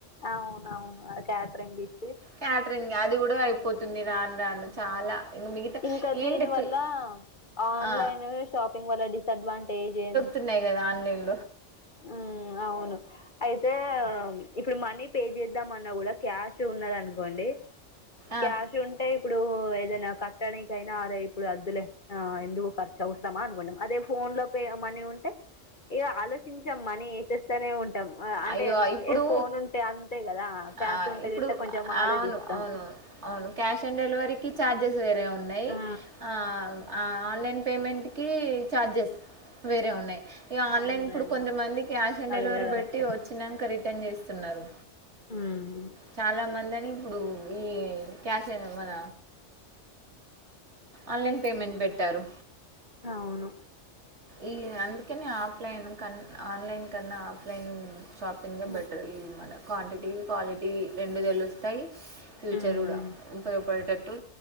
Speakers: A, on the left; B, on the right.
A: అవును అవును అ క్యాటరింగ్ ఇచ్చి
B: క్యాటరింగ్ అది గూడా అయిపోతుంది రాను రాను చాలా ఇంక మిగతా
A: ఇంకా
B: ఏంటి
A: దీని వల్ల
B: పి-
A: ఆన్లైన్
B: ఆ
A: షాపింగ్ వల్ల డిసడ్వాంటేజ్ ఏ
B: తున్నాయి గదా ఆన్లైన్
A: ఉమ్ ఉమ్ అవును అయితే ఇప్పుడు మనీ పే చేద్దామన్నా గూడా క్యాష్ ఉన్నది అనుకోండి
B: ఆ
A: క్యాష్ ఉంటే ఇప్పుడు ఏదైనా కట్టనీకైనా అరే ఇప్పుడు అద్దులే ఎందుకు ఖర్చు అవసరమా అనుకుంటాం అదే ఫోన్ ఫోన్ లో పే మనీ ఉంటే ఇగ ఆలోచించాం మనీ యేసేస్తనే ఉంటా అంటే
B: అయ్యో ఇప్పుడు
A: ఏ ఫోన్ ఉంటే అంతే గదా క్యాష్
B: ఆ
A: ఉంటే
B: ఇప్పుడు
A: జేస్తే కొంచెం ఆలోచిస్తాం
B: అవును అవును అవును క్యాష్ ఆన్ డెలివరీకి ఛార్జెస్ వేరే ఉన్నాయి
A: ఆ!
B: ఆ ఆన్లైన్ పేమెంట్ కి ఛార్జెస్ వేరే ఉన్నాయి ఇక ఆన్లైన్
A: అవునండి.
B: ఇప్పుడు కొంతమంది క్యాష్ ఆన్
A: అది
B: డెలివరీ
A: గూడా కరెక్టే.
B: పెట్టి వచ్చినాక రిటర్న్ చేస్తున్నారు
A: మ్మ్
B: చాలా మంది అని ఇప్పుడు ఈ క్యాష్ అయినా మన ఆన్లైన్ పేమెంట్ పెట్టారు
A: అవును
B: ఈ అందుకనే ఆప్లైన్ కన్ ఆన్లైన్ కన్నా ఆఫ్లైన్ షాపింగ్గా
A: హ్మ్.
B: బెటర్ ఇ మన క్వాంటిటీ క్వాలిటీ రెండు తెలుస్స్తాయి ఫ్యూచర్
A: హ్మ్.
B: కూడా ఉపయోగపడేటట్టు